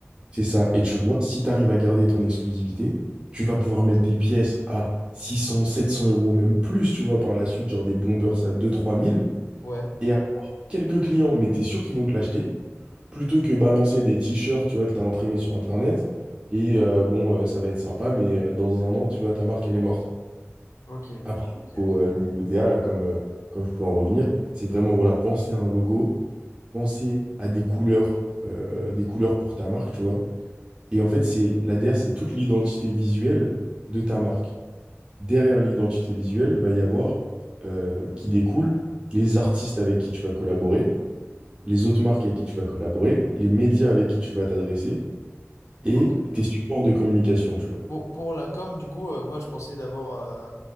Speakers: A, on the right; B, on the left.
A: C'est ça. Et tu vois, si tu arrives à garder ton exclusivité, tu vas pouvoir mettre des pièces à six cents, sept cents euros, même plus, tu vois, par la suite, genre des bombers à deux, trois mille,
B: Ouais.
A: et avoir quelques clients, mais t'es sûr qu'ils vont te l'acheter, plutôt que balancer des t-shirts, tu vois, que t'as imprimés sur Internet, et euh, bon, euh, ça va être sympa, mais euh, dans un an, tu vois, ta marque, elle est morte.
B: Ok,
A: Après,
B: ok, ok.
A: au euh, niveau DA, là, comme, euh, comme je peux en revenir, c'est vraiment, voilà, penser à un logo, penser à des couleurs, euh, des couleurs pour ta marque, tu vois. Et en fait, c'est la DA, c'est toute l'identité visuelle de ta marque. Derrière l'identité visuelle, va y avoir euh, qui découle les artistes avec qui tu vas collaborer, les autres marques avec qui tu vas collaborer, les médias avec qui tu vas t'adresser et
B: Ok.
A: tes supports de communication, tu vois.
B: Pour, pour la com, du coup, euh, moi je pensais d'abord, euh,